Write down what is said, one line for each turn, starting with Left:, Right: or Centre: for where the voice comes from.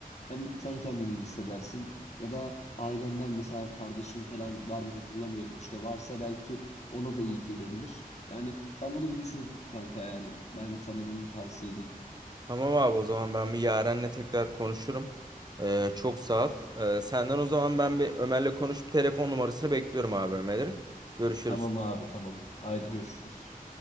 Left: hem sen kendini iyi hissedersin ya da Ailemden mesela kardeşim falan var mı hatırlamıyorum. İşte varsa belki ona da iyi gelebilir. Yani sen bunu bir düşün kanka yani. Ben sana bunu tavsiye edeyim.
Right: Tamam abi o zaman ben bir Yaren'le tekrar konuşurum. Ee, çok sağ ol. Ee, senden o zaman ben bir Ömer'le konuşup telefon numarasını bekliyorum abi Ömer'in. Görüşürüz.
Left: Tamam abi tamam. Haydi görüşürüz.